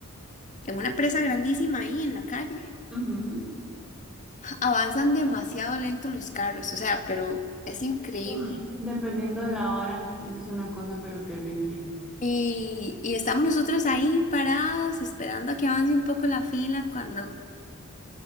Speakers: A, on the left; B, in the centre.
A: en una presa grandísima ahí en la calle.
B: ujú.
A: Avanzan demasiado lento los carros, o sea, pero es increíble.
B: Ay, Dependiendo de la hora, eso es una cosa pero terrible.
A: Y, y estamos nosotros ahí parados esperando a que avance un poco la fila cuando...